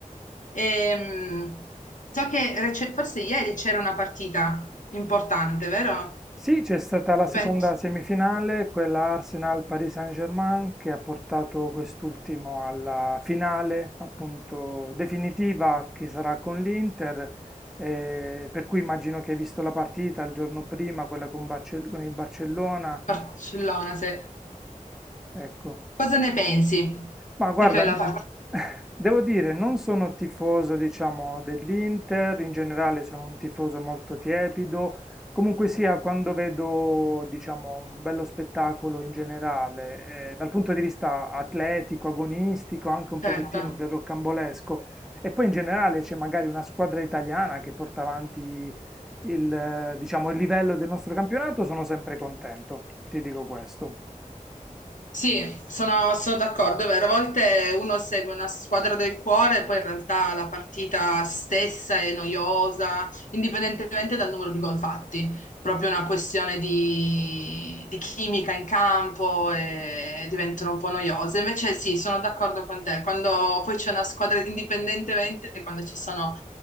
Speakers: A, on the left; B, in the centre.
A: Ehm, so che rece- forse ieri c'era una partita importante, vero?
B: Sì, c'è stata la seconda
A: Juventus-
B: semifinale, quella Arsenal-Paris Saint-Germain, che ha portato quest'ultimo alla finale, appunto, definitiva, che sarà con l'Inter, eh, per cui immagino che hai visto la partita il giorno prima, quella con, Barce- con il Barcellona,
A: Barcellona, se...
B: ecco.
A: Cosa ne pensi
B: Ma guarda,
A: di quella
B: n-
A: partita?
B: <laughs> devo dire, non sono tifoso, diciamo, dell'Inter, in generale sono un tifoso molto tiepido. Comunque sia, quando vedo, diciamo, un bello spettacolo in generale, eh, dal punto di vista atletico, agonistico, anche un
A: Certo.
B: pochettino del rocambolesco, e poi in generale c'è magari una squadra italiana che porta avanti il, eh, diciamo, il livello del nostro campionato, sono sempre contento, ti dico questo.
A: Sì, sono, sono d'accordo, è vero. A volte uno segue una squadra del cuore e poi in realtà la partita stessa è noiosa, indipendentemente dal numero di gol fatti proprio una questione di, di chimica in campo e diventano un po' noiose. Invece sì, sono d'accordo con te. Quando poi c'è una squadra, indipendentemente, quando ci sono